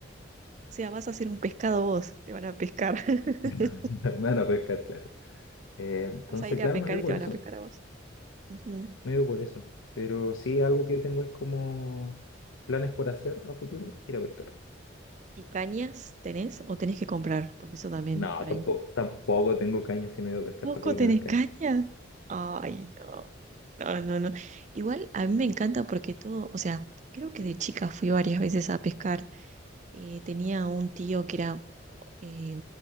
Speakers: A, on the right; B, on the left.
A: O sea, vas a ser un pescado vos, te van a pescar. <laughs>
B: <laughs> Me van a pescar, claro. Eh, entonces,
A: Vas a ir
B: claro,
A: a pescar
B: no he ido
A: y
B: por
A: te van
B: eso.
A: a pescar a vos. Ujú.
B: No he ido por eso. Pero sí, algo que tengo es como planes por hacer a futuro, ir a pescar.
A: ¿Y cañas tenés o tenés que comprar? Porque eso también
B: No,
A: por
B: tampoco,
A: ahí.
B: tampoco tengo caña si no he ido a pescar,
A: ¿Poco
B: ¿para qué voy
A: tenés
B: a tener caña?
A: caña? Ay, no. No, no, no. Igual a mí me encanta porque todo, o sea, creo que de chica fui varias veces a pescar. Eh, tenía un tío que era eh,